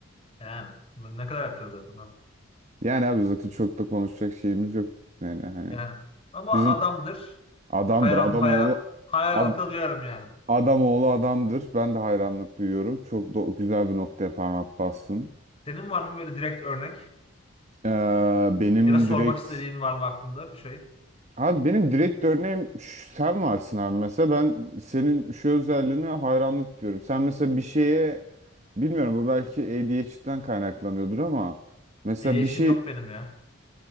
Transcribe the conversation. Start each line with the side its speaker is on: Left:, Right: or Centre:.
Left: Yani ne kadar yapacağız zaten abi.
Right: Yani abi zaten çok da konuşacak şeyimiz yok. Yani hani
Left: Yani ama
Right: bizim
Left: adamdır.
Right: adamdır
Left: Hayran
Right: adam
Left: haya,
Right: oğlu
Left: hayranlıkla
Right: ad,
Left: duyarım yani.
Right: adam oğlu adamdır. Ben de hayranlık duyuyorum. Çok do- güzel bir noktaya parmak bastın.
Left: Senin var mı böyle direkt örnek?
Right: Ee, benim
Left: Ya da sormak
Right: direkt
Left: istediğin var mı aklında bir şey?
Right: abi benim direkt örneğim ş- sen varsın abi mesela ben senin şu özelliğine hayranlık diyorum. Sen mesela bir şeye bilmiyorum bu belki ADHD'den kaynaklanıyordur ama mesela
Left: Etkileşim
Right: bir şey
Left: yok benim ya.